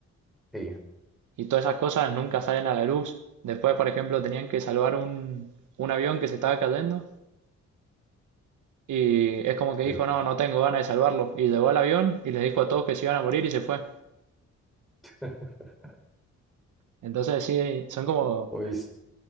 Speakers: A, in the centre; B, on the right.
A: sí,
B: Y todas esas cosas nunca salen a la luz. Después, por ejemplo, tenían que salvar un, un avión que se estaba cayendo y es como que
A: sí.
B: dijo, no, no tengo ganas de salvarlo. Y llegó al avión y le dijo a todos que se iban a morir y se fue.
A: <laughs>
B: Entonces, sí, son como
A: Muy, s-